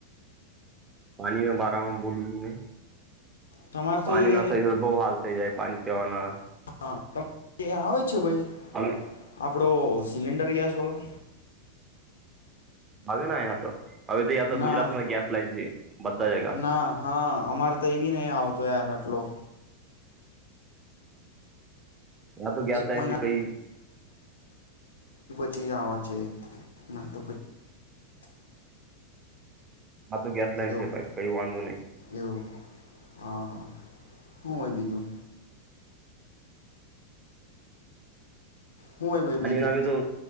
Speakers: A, on the right; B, on the left.
A: પાણી બારમાં બોલું છું મે?
B: તમારે તો
A: પાણી
B: એ
A: ના થાય છે તો બહુ હાલ થઈ જાય પાણી જવાના
B: હા ત આવે છે ભાઈ
A: <inaudible>
B: આપણો સિલિન્ડર ગેસ વાલોો
A: હવે ના હ તો હવે તો યાં તો
B: ના
A: ગુજરાત માં ગેસ લાય છે બધા જગા
B: ના હા અમારે તો એવીી નહ આવ તોયાર આટલો
A: <inaudible> યા તો ગેસ
B: એક
A: લઇન
B: મહિના
A: છે કઈ
B: ીવા છે ના તો પછી
A: હ તો ગેસ લઇન
B: એવું
A: છે ભાઈ કઈ વાંધો ન
B: એવું હા હા હું હોય બીજું હુંય ભાઈ બીજું
A: અને એના તો